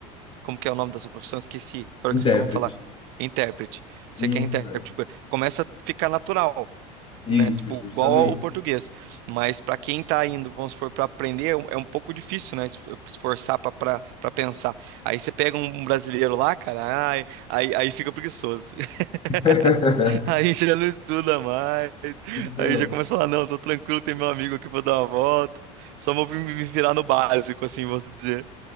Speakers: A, on the right; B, on the left.
A: Como que é o nome da sua profissão? Esqueci. Agora
B: intérprete.
A: que você acabou de falar. Intérprete. Você
B: Isso,
A: que é intérprete.
B: é.
A: tipo, Começa a ficar natural
B: Isso,
A: né? Tipo,
B: justamente.
A: igual ao português. Mas para quem tá indo, vamos supor, para aprender, é um é um pouco difícil, né? es- Esforçar para para pensar. Aí você pega um brasileiro lá, cara, ai, aí, aí fica preguiçoso. <laughs>
B: <laughs>
A: Aí já não estuda mais.
B: Então.
A: Aí já começa a falar, não, tô tranquilo, tem meu amigo aqui pra dar uma volta. Só vou me me virar no básico, assim, vou dizer.